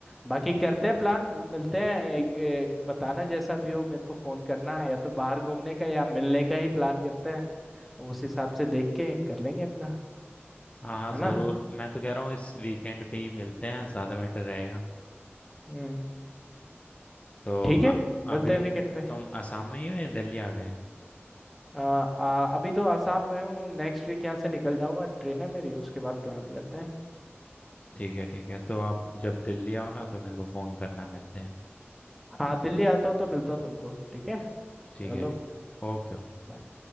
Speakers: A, in the centre; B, on the left.
A: बाकी करते हैं प्लान मिलते हैं एक, एक बताना जैसा भी हो मेरे को फोन करना है या तो बाहर घूमने का या मिलने का ही प्लान करते हैं उस हिसाब से देख के कर लेंगे अपना
B: हाँ हाँ
A: है
B: जरूर
A: ना
B: मैं तो कह रहा हूँ इस वीकेंड पे ही मिलते हैं ज्यादा बेटर रहेगा
A: हम्म
B: तो
A: ठीक
B: अ-
A: है
B: अभी
A: मिलते हैं वीकेंड पे
B: तुम आसाम में ही हो या दिल्ली आ गए
A: आ, आ, अभी तो आसाम में हूँ नेक्स्ट वीक यहाँ से निकल जाऊंगा ट्रेन है मेरी उसके बाद प्लान करते हैं
B: ठीक है ठीक है तो आप जब दिल्ली आओ ना तो मेरे को फोन करना मिलते हैं
A: हाँ दिल्ली आता हूँ तो मिलता हूँ तुमको ठीक है
B: ठीक
A: चलो
B: है ठीक ओके ओके
A: bye।